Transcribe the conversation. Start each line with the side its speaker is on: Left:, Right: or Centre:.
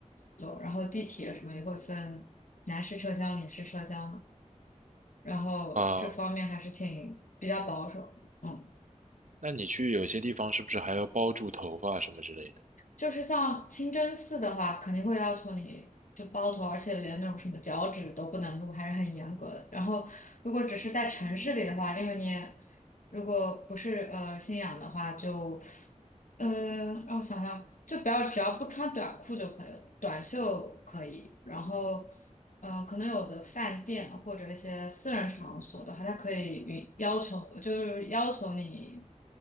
Left: 然地铁什么也会分。男士车厢、女士车厢啊然后这方面还是挺比较保守。
Right: 啊，
Left: 嗯，
Right: 那你去有些地方是不是还要包住头发什么之类的？
Left: 就是像清真寺的话，肯定会要求你就包头，而且连那种什么脚趾都不能露，还是很严格的。然后如果只是在城市里的话，因为你也如果不是呃信仰的话，就嗯，让我想想，就不要只要不穿短裤就可以了，短袖可以。然后，呃，可能有的饭店啊或者一些私人场所的话，他可以允要求，就是要求你，